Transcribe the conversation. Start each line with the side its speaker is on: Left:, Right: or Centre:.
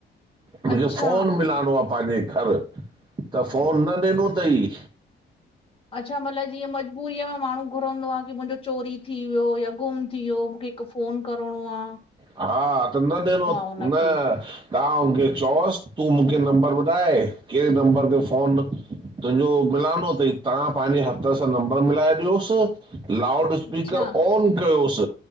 Right: मूंझे
Left: अच्छा
Right: फोन मिलानो आ पांजे घर, त फोन न ॾिनो तई।
Left: अच्छा मतलब जीअं मजबूरीअ में माण्हू घुरंदो आ कि मुंजो चोरी थी वियो या गुम थी वियो, मूंखे हिक फोन करणो आ।
Right: हा त न देनो
Left: हुनखे
Right: न ताहां हुनखे चयोस तूं मूंखे नंबर ॿुधाए, केड़े नंबर ते फ़ोन तुंजो मिलानो तई। ताहां पांजे हथ सां नंबर मिलाए ॾियोस, लाउड स्पीकर
Left: अच्छा
Right: ऑन कयोस